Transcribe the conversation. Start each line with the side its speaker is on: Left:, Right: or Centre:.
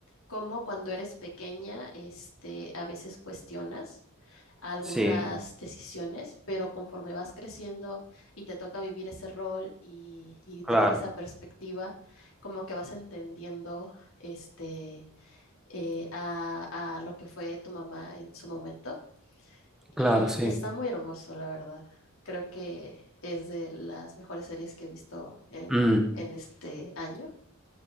Left: cómo cuando eres pequeña, este, a veces cuestionas a algunas
Centre: sí,
Left: decisiones, pero conforme vas creciendo y te toca vivir ese rol y, y
Centre: claro,
Left: tener esa perspectiva, como que vas entendiendo este, eh, a, a lo que fue tu mamá en su momento. Y,
Centre: claro, sí,
Left: y está muy hermoso, la verdad. Creo que es de las mejores series que he visto en,
Centre: mm,
Left: en este año